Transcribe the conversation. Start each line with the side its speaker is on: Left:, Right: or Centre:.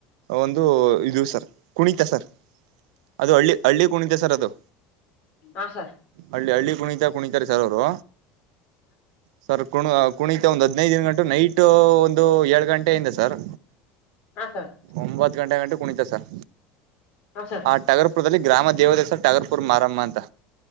Right: ಒಂದು ಇದು ಸರ್ ಕುಣಿತ ಸರ್ ಅದು ಹಳ್ಳಿ ಹಳ್ಳಿ ಕುೂಣಿದೆೆ ಸರ್ ಅದು
Left: ಹಾ ಸರ್
Right: ಹಳ್ಳಿ ಹಳ್ಳಿ ಕುಣಿತ ಕುಣಿತಾರೆ ಸರ್ ಅವರು ಸರ್ ಕುಣ ಕುಣಿತ ಒಂದು ಹದಿನೈದು ಗಂಟು ನೈಟ್ ಒಂದು ಏಳು ಗಂಟೆಯಿಂದ ಸರ್
Left: ಹಾ ಸರ್
Right: ಒಂಬತ್ತು ಗಂಟೆ ಗಂಟೆ ಕುಣಿತ ಸರ್
Left: ಹಾ ಸರ್
Right: ಆ ಟಗರ್ಪುರದಲ್ಲಿ ಗ್ರಾಮ ದೇವದೇ ಸರ್ ಟಾಗರ್ಪುರ್ ಮಾರಮ್ಮ ಅಂತ